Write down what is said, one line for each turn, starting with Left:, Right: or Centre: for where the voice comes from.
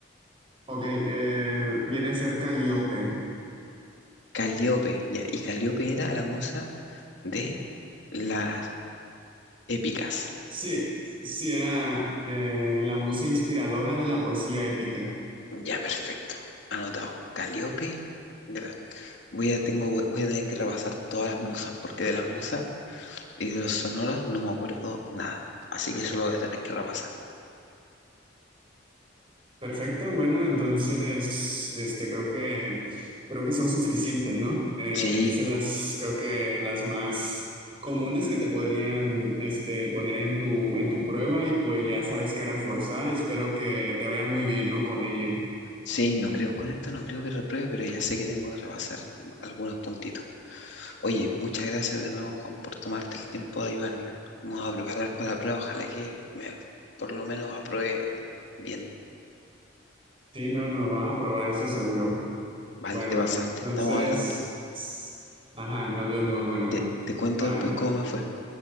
Right: ok, eh, viene a ser Calíope.
Left: Calíope, ya. Y Calíope era la musa de las épicas.
Right: Sí, sí, era eh, la musa inspiradora de la poesía épica.
Left: Ya, perfecto. Anotado. Calíope. de la- Voy a, tengo, voy voy a tener que repasar todas las musas, porque de las musas y de los sonoros no me acuerdo nada. Así que eso lo voy a tener que repasar.
Right: Perfecto, bueno, entonces, este, creo que, creo que son suficientes, ¿no? Eh,
Left: Sí.
Right: te hice las, creo que las más comunes que te podrían, este, poner en tu, en tu prueba y pues ya sabes qué reforzar. Espero que te vaya muy bien, ¿no? Con ella.
Left: Sí, no creo, con esto no creo que repruebe, pero ya sé que tengo que repasar algunos puntitos. Oye, muchas gracias de nuevo, Juan, por tomarte el tiempo de ayudarme. Vamos a preparar para la prueba, ojalá que me, por lo menos apruebe bien.
Right: Sí, no, no, vas a probar eso seguro.
Left: Vale,
Right: Bueno,
Left: te pasaste,
Right: entonces,
Left: estamos hablando.
Right: ajá, nos vemos, bueno,
Left: Te, te cuento
Right: bye.
Left: después cómo me fue.